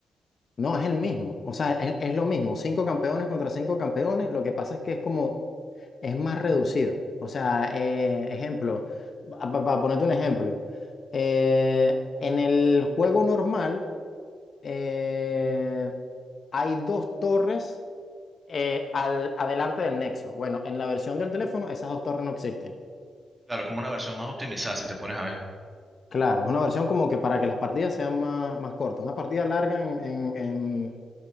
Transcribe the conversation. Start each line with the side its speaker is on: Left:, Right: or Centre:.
Left: No, es el mismo. O sea, es, es lo mismo. Cinco campeones contra cinco campeones. Lo que pasa es que es como es más reducido. O sea, eh, ejemplo, para ponerte un ejemplo, eh, en el juego normal eh, hay dos torres eh, al, adelante del nexo. Bueno, en la versión del teléfono esas dos torres no existen.
Right: Claro, es como una versión más optimizada, si te pones a ver.
Left: Claro, es una versión como que para que las partidas sean más, más cortas. Una partida larga en, en- en